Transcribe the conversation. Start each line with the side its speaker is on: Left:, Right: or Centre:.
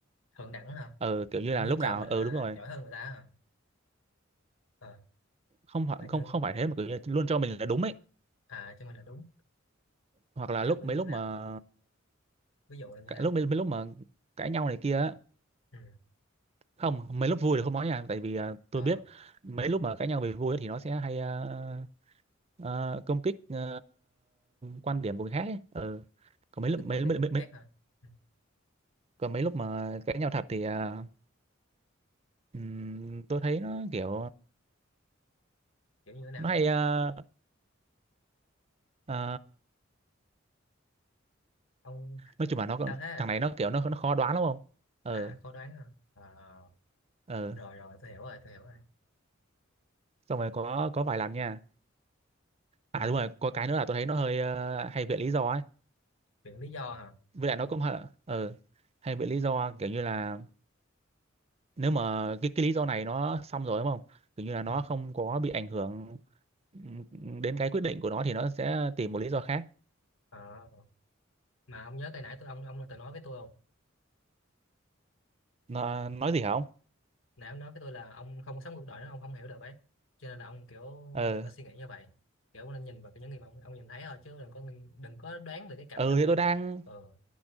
Left: thượng đẳng hả
Right: ờ kiểu như
Left: kiểu
Right: là
Left: như
Right: lúc
Left: cho
Right: nào
Left: mình
Right: ờ
Left: là
Right: đúng rồi
Left: giỏi hơn người ta à Ờ,
Right: không phải
Left: là như
Right: không không phải thế mà kiểu như luôn cho mình là đúng ấy
Left: à cho mình là đúng
Right: hoặc là
Left: kiểu
Right: lúc
Left: như
Right: mấy lúc
Left: thế nào
Right: mà
Left: ví dụ là như thế
Right: cả-
Left: nào
Right: lúc mấy, mấy lúc mà cãi nhau này kia á.
Left: ừ.
Right: không mấy lúc vui thì không nói nha tại vì ờ,
Left: ờ
Right: tôi biết mấy lúc mà cãi nhau về vui ấy, thì nó sẽ hay ờ, ờ, công kích ờ, quan điểm của người khác ấy. Ờ. còn mấy
Left: ông
Right: lúc
Left: thích
Right: mấy,
Left: quan điểm
Right: mấy,
Left: của
Right: mấy,
Left: người
Right: mấy
Left: khác hả ừ.
Right: còn mấy lúc mà cãi nhau thật thì ờ, Ừm, tôi thấy nó kiểu
Left: kiểu như thế nào
Right: nó hay ờ, ờ,
Left: ông
Right: nói chung là nó còn-
Left: sao thế à,
Right: thằng này nó kiểu nó nó khó đoán lắm không ờ
Left: à khó đoán hả ờ
Right: ờ
Left: rồi rồi tôi hiểu rồi tôi hiểu rồi
Right: xong rồi có có vài lần nha
Left: ừ.
Right: à đúng rồi có cái nữa là tôi thấy nó hơi ờ, hay viện lý do ấy
Left: chuyện lý do hả
Right: với lại nó cũng hờ- ờ hay viện lý do kiểu như là nếu mà cái cái lý do này nó xong rồi đúng không kiểu như là nó
Left: ừ.
Right: không có bị ảnh hưởng ừm, đến cái quyết định của nó thì nó sẽ tìm một lý do khác
Left: ờ mà ông nhớ cái nãy tôi ông ông từng nói với tôi không
Right: nó nói gì hả ông
Left: nãy ông nói với tôi là ông không sống cuộc đời đó ông không hiểu được ấy cho nên là ông kiểu
Right: ờ
Left: đừng có suy nghĩ như vậy kiểu ông nên nhìn vào cái những gì mà ông, ông nhìn thấy thôi chứ đừng có đừng có đoán về cái cảm
Right: ừ
Left: nhận
Right: thì
Left: ấy
Right: tôi đang
Left: ờ